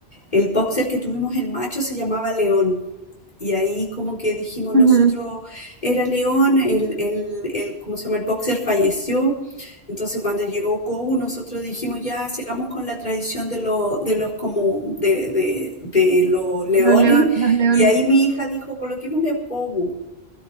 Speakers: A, on the left; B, on the right.
A: el boxer que tuvimos, el macho, se llamaba León. Y ahí como que dijimos
B: ujú,
A: nosotros, era León, el, el, el, ¿cómo se llama? El boxer falleció. Entonces cuando llegó Kobu, nosotros dijimos, ya, sigamos con la tradición de, lo- de los como de, de- de los leones.
B: Los leo- los leones.
A: Y ahí mi hija dijo, coloquémosle Kobu.